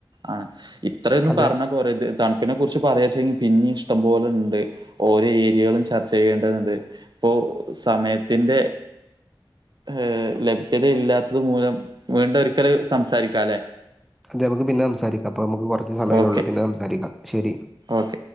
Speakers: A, on the right; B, in the centre.
A: ആണ് ഇത്രയൊന്നും
B: അതെ
A: പറഞ്ഞ പോലെ ഇത് ത തിന്നെ കുറിച്ച് പറയാെച്ചെങ്കിൽ പിന്നെ ഇഷ്ടംപോലെ ഉണ്ട് ഓരോ ഏരിയകളും ചർച്ച ചെയ്യേണ്ടതുണ്ട് ഇപ്പൊ സമയത്തിൻ്റെ ഏ ലഭ്യതയില്ലാത്തത് മൂലം വീണ്ടും ഒരിക്കൽ സംസാരിക്കാംല്ലെ
B: അ നമുക്ക് പിന്നെ സംസാരിക്കാം അപ്പൊ നമുക്ക് കുറച്ച് സമയല്ലുള്ളൂ
A: ഓക്കെ
B: പിന്നെ സംസാരിക്കാം ശരി
A: ഓക്കെ